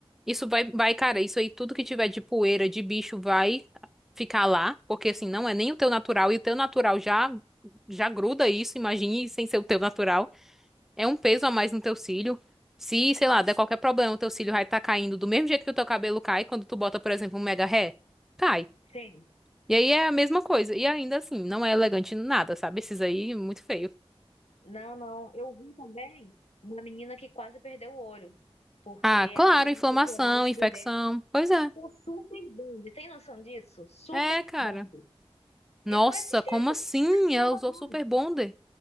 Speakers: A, in the centre; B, on the left (about 80°).
A: isso vai, vai, cara, isso aí tudo que tiver de poeira, de bicho vai ficar lá, porque assim, não é nem o teu natural e o teu natural já já gruda isso, imagine sem ser o teu natural. É um peso a mais no teu cílio. Se, sei lá, der qualquer problema, o teu cílio vai estar caindo do mesmo jeito que o teu cabelo cai quando tu bota, por exemplo, um mega ré. Cai.
B: Sim.
A: E aí é a mesma coisa. E ainda assim, não é elegante nada, sabe? Esses aí, muito feio.
B: Não, não. Eu vi também uma menina que quase perdeu o olho, porque
A: Ah, claro,
B: a menina
A: inflamação,
B: foi colar o cílio
A: infecção.
B: dela.
A: Pois é.
B: O super bonde, tem noção disso? Super
A: É, cara.
B: bonde.
A: Nossa,
B: E foi esses tempos,
A: como assim?
B: esses tempos
A: Ela usou
B: agora.
A: Super Bonder.